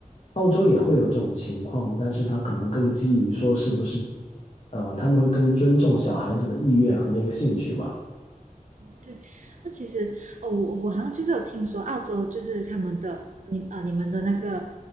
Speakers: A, on the left; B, on the right.
A: 澳洲也会有这种情况，但是他可能更基于说是不是，呃，他们会更尊重小孩子的意愿和那个兴趣嘛？
B: 对。那其实哦，我我好像就是有听说澳洲就是他们的你啊、呃你们的那个